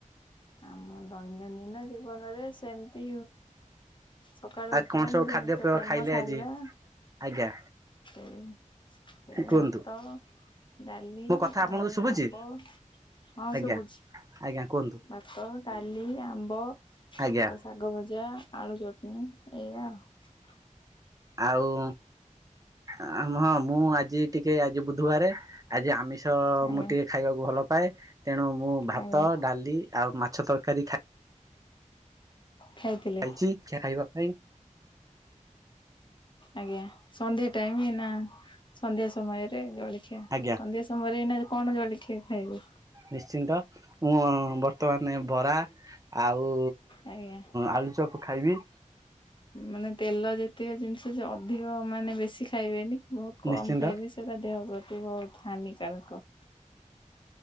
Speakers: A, on the left (about 35°); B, on the right (about 25°).
A: ଆମ ଦୈନନ୍ଦିନ ଜୀବନରେ ସେମିତି ସକାଳୁ
B: ଆଉ
A: ଉଠିବା
B: କଣ ସବୁ
A: ନିଜେ
B: ଖାଦ୍ୟପେୟ
A: ନିଜ ନିତ୍ୟକର୍ମ
B: ଖାଇଲେ
A: ସାରିବା।
B: ଆଜି ଆଜ୍ଞା
A: ସେଇ ସେଇ
B: କୁହନ୍ତୁ
A: ଭାତ ଡାଲି
B: ମୋ କଥା ଆପଣଙ୍କୁ
A: ଆଉ
B: ଶୁଭୁଛି?
A: ଆମ୍ବ। ହଁ
B: ଆଜ୍ଞା
A: ସୁବୁଛି
B: ଆଜ୍ଞା କୁହନ୍ତୁ
A: ଭାତ ଡାଲି ଆମ୍ବ ଆଉ
B: ଆଜ୍ଞା
A: ଶାଗ ଭଜା, ଆଳୁ ଚଟଣି ଏୟା ଆଉ।
B: ଆଉ ହଁ ମୁଁ ଆଜି ଟିକେ ଆଜି ବୁଧବାର ଆଜି ଆମିଷ ମାଛ
A: ଆଜ୍ଞା
B: ମୁଁ ଟିକେ ଖାଇବାକୁ ଭଲ ପାଏ ତେଣୁ ମୁଁ ଭାତ
A: ଆଜ୍ଞା
B: ଡାଲି ଆଉ ମାଛ ତରକାରୀ ଖାଇ
A: ଖାଇଥିଲେ
B: ଖାଇଛି ଯେ ଖାଇବା ଖାଇ
A: ଆଜ୍ଞା ସନ୍ଧ୍ୟା ଟାଇମ ନା ସନ୍ଧ୍ୟା ସମୟରେ ଜଳଖିଆ
B: ଆଜ୍ଞା
A: ସନ୍ଧ୍ୟା ତମର ଏଇନା କଣ ଜଳଖିଆ ଖାଇବ?
B: ନିଶ୍ଚିନ୍ତମୁଁ ବର୍ତ୍ତମାନ ବରା ଆଉ
A: ଆଜ୍ଞା।
B: ଆଲୁ ଚପ। ଚପ୍ ଖାଇବି।
A: ମାନେ ତେଲ ଯେତିକ ଜିନିଷ ଯେ ଅଧିକ ମାନେ ବେଶି ଖାଇବେନି ବହୁତ କମ
B: ନିଶ୍ଚିନ୍ତ
A: ଖାଇବେ। ସେଟା ଦେହ ପ୍ରତି ବହୁତ ହାନିକାରକ।